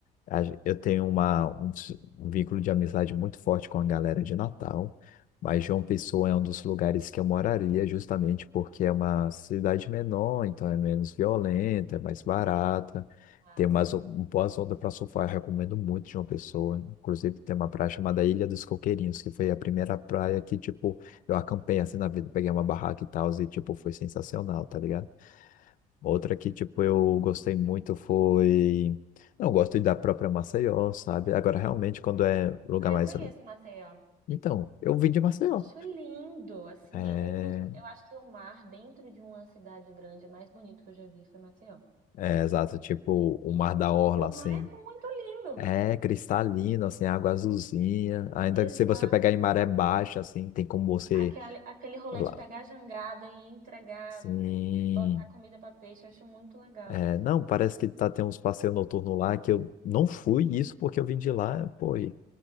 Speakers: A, on the left; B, on the right.
A: a gen- Eu tenho uma, um, s- um vínculo de amizade muito forte com a galera de Natal, mas João Pessoa é um dos lugares que eu moraria, justamente porque é uma cidade menor, então é menos violenta, é mais barata,
B: massa.
A: tem umas o- um boas ondas para surfar. Eu recomendo muito João Pessoa. Inclusive, tem uma praia chamada Ilha dos Coqueirinhos, que foi a primeira praia que, tipo, eu acampei assim na vida, peguei uma barraca e tal, e, tipo, foi sensacional, tá ligado? Outra que, tipo, eu gostei muito foi. Não, eu gosto da própria Maceió, sabe? Agora, realmente, quando é lugar
B: Ah,
A: mais.
B: eu conheço Maceió.
A: Então, eu vim de Maceió.
B: Acho lindo, assim,
A: É,
B: um dos, eu acho que o mar dentro de uma cidade grande mais bonito que eu já vi foi Maceió.
A: é exato, tipo, o Mar da Orla,
B: Porque o
A: assim.
B: mar é muito lindo.
A: É cristalino, assim, água azulzinha. Ainda
B: Exato.
A: que se você pegar em maré baixa, assim, tem como você.
B: Aquele, aquele rolê
A: lá-
B: de pegar a jangada e entregar,
A: Sim.
B: botar comida para peixe, eu acho muito legal
A: É,
B: isso.
A: não, parece que tá, tem uns passeios noturnos lá que eu não fui isso porque eu vim de lá, pô, e